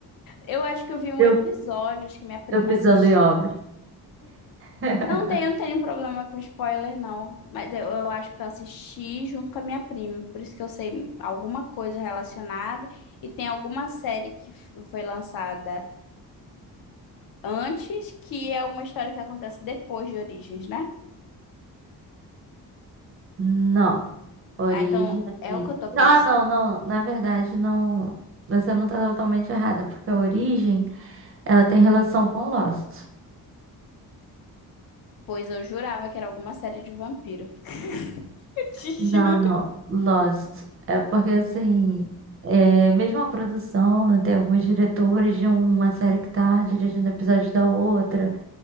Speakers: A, on the left; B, on the right.
A: Eu acho que eu vi um
B: Eu,
A: episódio, acho que minha prima
B: eu pisando
A: assistiu
B: em ovos. <laughs>
A: Não tenho, não tenho problema com spoiler, não. Mas eu, eu acho que eu assisti junto com a minha prima. Por isso que eu sei alguma coisa relacionada. E tem alguma série que f- foi lançada antes, que é uma história que acontece depois de Origens, né?
B: Não. Origem.
A: Ah, então é o que eu tô pensando.
B: Ah, não, não. Na verdade, não. Você não tá totalmente errada, porque a Origem, ela tem relação com Lost.
A: Pois eu jurava que era alguma série de vampiro. <laughs> Eu te
B: Não,
A: juro.
B: não, Lost. É porque assim, é mesmo a produção, né, tem alguns diretores de uma série que tá dirigindo episódios da outra,